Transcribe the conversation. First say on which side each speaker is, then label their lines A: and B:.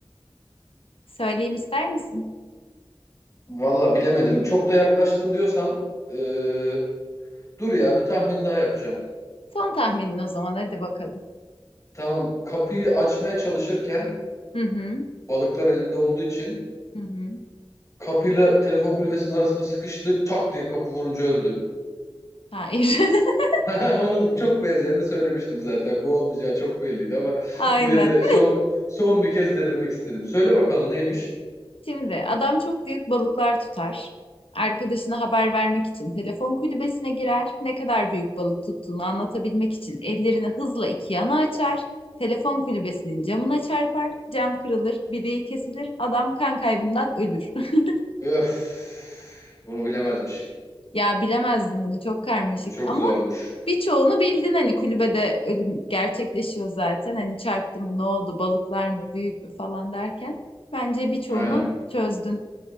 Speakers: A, on the left (about 70°); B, on the left (about 35°).
A: Söyleyeyim ister misin?
B: Vallahi bilemedim. Çok da yaklaştın diyorsan ee, dur ya bir tahmin daha yapacağım.
A: Son tahminin o zaman hadi bakalım.
B: Tamam kapıyı açmaya çalışırken
A: Hı hı.
B: balıklar elinde olduğu için
A: Hı hı.
B: kapıyla telefon kulübesinin arasında sıkıştı. Tak diye kapı vurunca öldü.
A: Hayır. <laughs>
B: <laughs> Onun çok benzerini söylemiştim zaten. Bu olmayacağı çok belliydi ama
A: Aynen.
B: yine de son son bir kez denemek istedim. Söyle bakalım neymiş?
A: Şimdi adam çok büyük balıklar tutar. Arkadaşına haber vermek için telefon kulübesine girer. Ne kadar büyük balık tuttuğunu anlatabilmek için ellerini hızla iki yana açar. Telefon kulübesinin camına çarpar. Cam kırılır, bileği kesilir. Adam kan kaybından ölür. <laughs>
B: Öf. Bunu bilemezmişim.
A: Ya bilemezdim bunu çok karmaşık
B: Bu çok
A: ama
B: zormuş.
A: Birçoğunu bildin hani kulübede ölüm gerçekleşiyor zaten. Hani çarptı mı ne oldu balıklar mı büyük mü falan derken. Bence birçoğunu
B: Aynen.
A: çözdün.